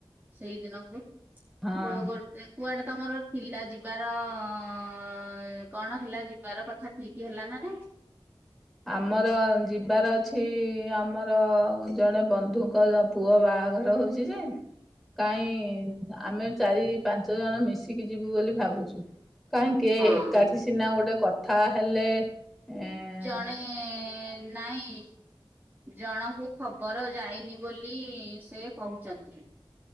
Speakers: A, on the right; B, in the centre.
A: ସେଇଦିନକୁ
B: ହଁ।
A: ଗୋ ଗୋଡ଼ କୁଆଡେ ତମର ଥିଲା ଯିବାର ଅ କଣ ହେଲା ଜି ବାର କଥା ଠିକ ହେଲା ନା ନାହିଁ?
B: ଆମର ଯିବାର ଅଛି ଆମର ଜଣେ ବନ୍ଧୁଙ୍କର ପୁଅ ବାହାଘର ହଉଛି ଯେ
A: <unintelligible>
B: କାହିଁ ଆମେ ଚାରି, ପାଞ୍ଚ ଜଣ ମିଶିକି ଯିବୁ ବୋଲି ଭାବୁଛୁ। କାହିଁକେ
A: ହଁ
B: ଏକାଠି ସିନା ଗୋଟେ କଥା ହେଲେ ଏନ୍
A: ଜଣେ ନାଇଁ ଜଣଙ୍କୁ ଖବର ଯାଇନି ବୋଲି ସେ କହୁଛନ୍ତି।